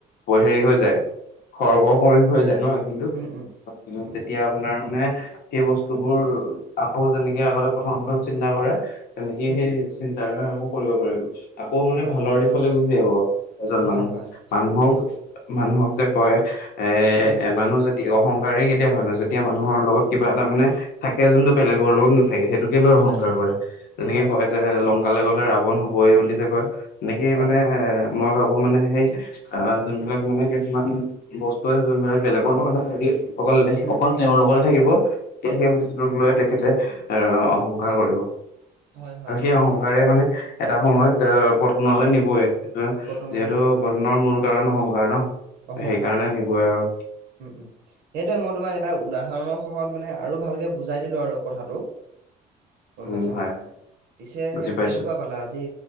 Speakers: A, on the left; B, on the right.
A: প হেৰি হৈ যায় - খৰ্ব কৰি হৈ যায় ন, কিন্তু
B: উম, উম,
A: - তেতিয়া আপোনাৰ মানে সেই বস্তুবোৰ আকৌ যেনেকে আগতে প্ৰথম প্ৰথম - চিন্তা কৰে, তেনেকে
B: উম,
A: সেই চিন্তা বিলাক আকৌ কৰিব পাৰিব। আকৌ মানে
B: হয়,
A: ভালৰ
B: হয়,
A: দিশলৈ গুচি আহিব এজন
B: হয়,
A: মানুহ
B: হয়,
A: মানুহক
B: উম,
A: মানুহক - যে কয়
B: উম,
A: এ মানুহ যে তিয়া অহংকাৰী কেতিয়া হয় নো যেতিয়া মানুহৰ লগত কিবা এটা মানে - থাকে যোনটো
B: উম,
A: বেলেগৰ লগত নাথাকে সেইটোকে লৈ অহংকাৰ
B: নাথাকে
A: কৰে
B: হয়,
A: যেনেকে
B: হয়,
A: কয়
B: হয়,
A: যে লং - লংকালে গ'লে ৰাৱণ হ'বই বুলি যে কয় এনেকেই
B: হয়,
A: মানে
B: হয়,
A: - মই ভাবো মানে সেই এ যোনবিলাক মানে সেই - যিমান বস্তু আছে যোনবিলাক বেলেগৰ লগত নাথাকে অকল
B: উম,
A: অকল তেওঁৰ লগতে থাকিব - এতিয়া সেই
B: উম,
A: বস্তুটোক লৈ তেখেতে এ অহংকাৰ কৰিব।
B: হয়, হয়,
A: আৰু সেই
B: হয়,
A: অহং - কাৰে মানে এটা সময়ত আহ পতনলৈ নিবয়ে
B: পতনলৈ
A: যিহেতু
B: নিবই
A: পতনৰ
B: হয়,
A: মূল - কাৰণ অহংকাৰ ন
B: অহংকাৰ,
A: সেইকাৰণে
B: অহংকাৰ,
A: নিবই আৰু।
B: উম উম। সেইটোৱে মই তোমাক এটা উদাহৰণৰ সহত মানে আৰু ভালকে বুজ - বুজাই দিলোঁ আৰু কথাটো। গম
A: উম
B: পাইছা
A: হয়
B: নাই,
A: হয়
B: পিছে
A: বুজি পাইছো
B: কেনেকুৱা পালা আজি